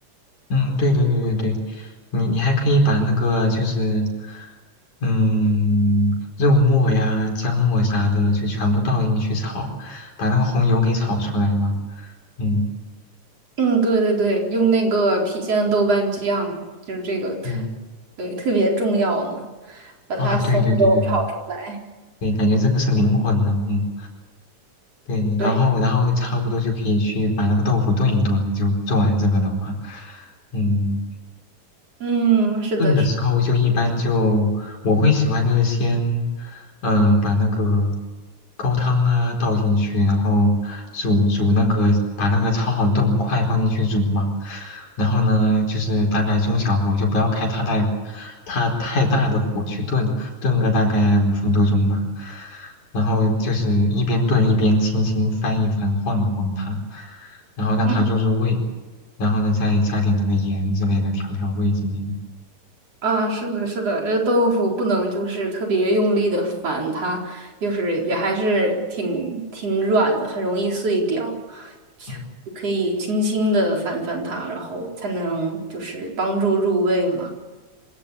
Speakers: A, on the left (about 80°); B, on the right (about 55°).
A: 嗯，对对对对对，你你还可以把那个就是，嗯，肉末呀、姜末啥的就全部倒进去炒，把那个红油给炒出来嘛。嗯，
B: 嗯，对对对，用那个郫县的豆瓣酱，就是这个特，
A: 对，
B: 对，特别重要呢，把它红油炒出来。
A: 啊，对对对对对对，感觉这个是灵魂了，嗯。对，
B: 对，
A: 然后然后差不多就可以去把那个豆腐炖一炖，就做完这个的话，嗯，
B: 嗯，是的，
A: 炖的时候就一般就我会喜欢就是先，
B: 是，
A: 呃，把那个高汤啊倒进去，然后煮煮那个把那个焯好的豆腐块放进去煮嘛，然后呢就是大概中小火，就不要开太大它太大的火去炖，炖个大概五分多钟吧，然后就是一边炖一边轻轻翻一翻晃一晃它，然后让它入入味，
B: 嗯
A: 然后呢再加点那个盐之类的调调味之类的。嗯
B: 啊，是的，是的，这豆腐不能就是特别用力的翻它，就是也还是挺挺软的，很容易碎掉。
A: 嗯，
B: 你可以轻轻的翻翻它，然后才能就是帮助入味嘛。